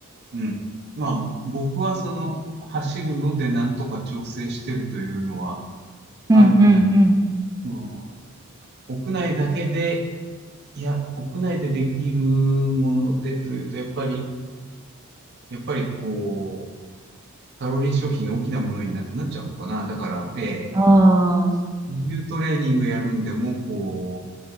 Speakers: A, on the right; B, on the right.
A: う、うん。まあ、僕はその走るのでなんとか調整してるというのは
B: うんうんうん。
A: あるんだけど、うん、屋内だけで、いや、屋内でできるものでというと、やっぱり、やっぱりこう、カロリー消費の大きなものにななっちゃうのかな。だから、えー、
B: ああ、
A: 自重トレーニングやるんでも、こ